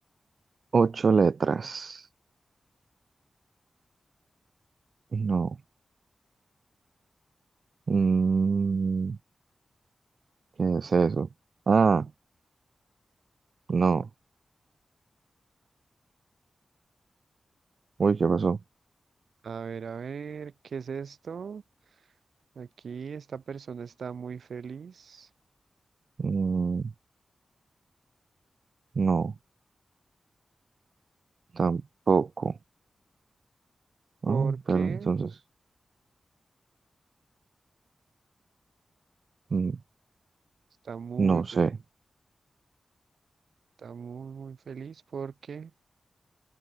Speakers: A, on the right; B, on the right.
A: ocho letras. No. Mm, ¿qué es eso? Ah, no. Uy, ¿qué pasó?
B: A ver, a ver, ¿qué es esto? Aquí esta persona está muy feliz
A: Mm, no, tampoco.
B: porque
A: Ah, pero entonces, mm,
B: está muy
A: no
B: feliz.
A: sé.
B: Está muy, muy feliz porque,